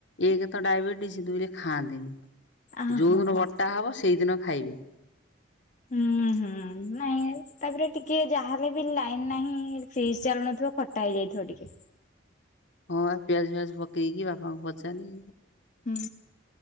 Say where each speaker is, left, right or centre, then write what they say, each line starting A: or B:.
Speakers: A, on the left; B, on the left.
A: ଏକେରେ ତ ଡାଇବେଟିସ୍ ଦୁଇ ରେ ଖାଆନ୍ତିନି।
B: ଆ
A: ଯୋଉ
B: ହଁ
A: ଦିନ
B: ହଁ
A: ବଟା ହବ ସେଇଦିନ ଖାଇବେ।
B: ହୁଁ ହୁଁ ନାଇଁ। ତାପରେ ଟିକେ ଯାହଲେ ବି ଲାଇନ ନାହିଁ ଫ୍ରିଜ ଚାଲୁନଥିବ ଖଟା ହେଇଯାଇଥିବ ଟିକେ
A: ହଁ ପିଆଜ ଫିଆଜ ପକେଇକି ବାପାଙ୍କୁ ପଚାନି
B: ହୁଁ